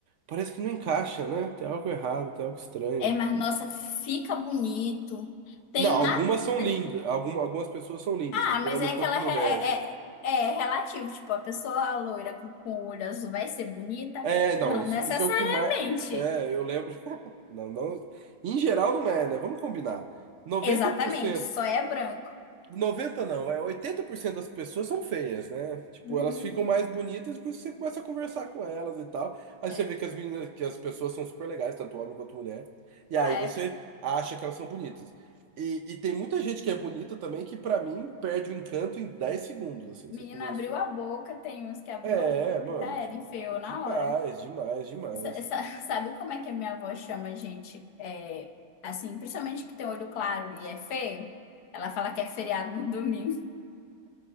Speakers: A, on the right; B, on the left.
A: Parece que não encaixa, né? Tem algo errado, tem algo estranho.
B: É, mas nossa, fica bonito. Tem
A: Não, algumas
B: uma
A: são
B: atriz.
A: lindas. Algum, algumas pessoas são lindas,
B: Ah,
A: tanto
B: mas
A: homens
B: é
A: quanto
B: que ela
A: mulheres.
B: é, é, é relativo. Tipo, a pessoa loira com, com o olho azul vai ser bonita?
A: É, não,
B: Não
A: isso,
B: necessariamente.
A: isso é o que mais. É, eu lembro. <laughs> Não, não. Em geral não é, né? Vamos combinar. Noventa
B: Exatamente,
A: por cento.
B: só é branco.
A: noventa não, vai. 80% das pessoas são feias, né? Tipo,
B: Uhum,
A: elas ficam mais bonitas depois que você começa a conversar com elas e tal. Aí
B: é.
A: você vê que as meninas, que as pessoas são super legais, tanto homem quanto mulher. E aí
B: É,
A: você acha que elas são bonitas. E, e tem muita gente que é bonita também que, pra mim, perde o encanto em 10 segundos, assim,
B: menina
A: você conversou.
B: abriu a boca, tem uns que abriu
A: É,
B: a boca,
A: mano,
B: já
A: tipo,
B: era, enfiou
A: demais,
B: na hora.
A: demais, demais.
B: Essa- essa- <laughs> sabe como é que a minha avó chama a gente? É, assim, principalmente que tem olho claro e é feio? Ela fala que é feriado no domingo.